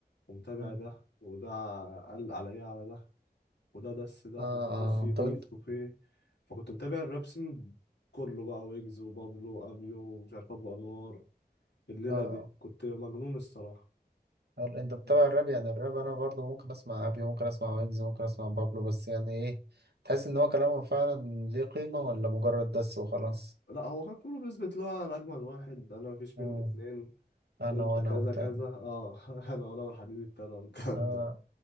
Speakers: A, on the left; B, on the right.
A: ومتابع
B: مم.
A: ده وده قال عليا على ده وده دس ده
B: اه
A: ومش عارف في
B: اه
A: بيف
B: طب انت
A: وفي فكنت متابع الراب سين كله بقى ويجز وبابلو وابيو ومش عارف ابو انوار الليلة
B: اه آه.
A: دي كنت مجنون الصراحة
B: هل انت بتتابع
A: ب...
B: الراب يعني الراب انا برضو ممكن اسمع ابي ممكن اسمع ويجز ممكن اسمع بابلو بس يعني ايه تحس ان هو كلامه فعلا ليه قيمة ولا مجرد دس وخلاص
A: لا هو كان كله بيثبت له أنا أجمل واحد أنا مفيش
B: مم.
A: مني اتنين
B: انا
A: وأنت
B: وانا
A: كذا
B: وبتاع
A: كذا أه <laughs> أنا وأنا والحديد ابتدى والكلام
B: اه
A: ده